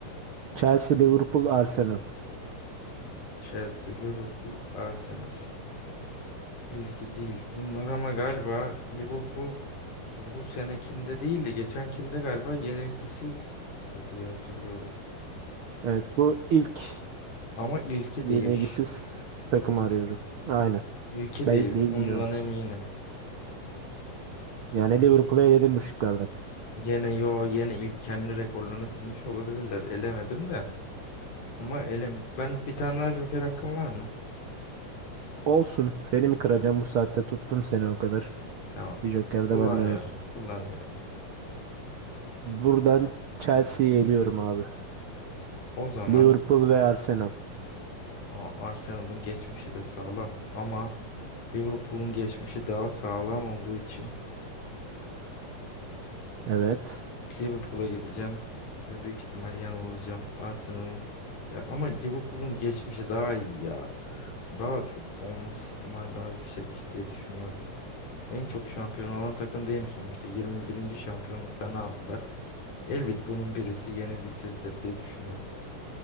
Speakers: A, on the right; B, on the left.
A: Chelsea, Liverpool, Arsenal.
B: Chelsea, Liverpool, Arsenal. İlki değil. Bunlar ama galiba Liverpool bu senekinde değil de geçenkinde galiba yenilgisiz dediği hatırlıyorum.
A: Evet bu ilk
B: Ama ilki
A: yenilgisiz
B: değil.
A: takımı arıyorum. Aynen.
B: İlki
A: Be-
B: değil.
A: bilmiyorum.
B: Ondan eminim.
A: Yani Liverpool'u eledim bu şıklardan.
B: Yine yo yine ilk kendi rekorlarını kırmış olabilirler. Elemedim de. Ama elim, ben bir tane daha Joker hakkım var mı?
A: Olsun. Seni mi kıracağım bu saatte tuttum seni o kadar.
B: Tamam.
A: Bir joker
B: Kullanıyorum.
A: de benden olsun.
B: Kullanıyorum.
A: Buradan Chelsea'yi eliyorum abi.
B: O zaman
A: Liverpool ve Arsenal.
B: o Arsenal'ın geçmişi de sağlam ama Liverpool'un geçmişi daha sağlam olduğu için
A: Evet.
B: Liverpool'a gideceğim ve büyük ihtimal yanılacağım. Arsenal'ın ya ama Liverpool'un geçmişi daha iyi ya. Daha çok olması ihtimal daha yüksek diye düşünüyorum. En çok şampiyon olan takım değil mi sonuçta? 21. şampiyonluklarını aldılar. Elbet bunun birisi yenilgisizdir diye düşünüyorum.